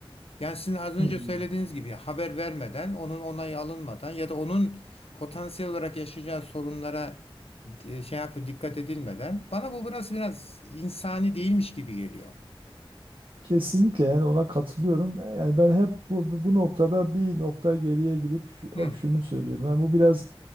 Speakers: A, on the left; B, on the right.
A: Yani sizin az
B: Hmm.
A: önce söylediğiniz gibi haber vermeden, onun onayı alınmadan ya da onun potansiyel olarak yaşayacağı sorunlara e, şey yapıp dikkat edilmeden bana bu biraz biraz insani değilmiş gibi geliyor.
B: Kesinlikle yani ona katılıyorum. Yani ben hep bu bu bu noktada bir nokta geriye gidip şu- hep
A: Hı.
B: şunu söylüyorum. Yani bu biraz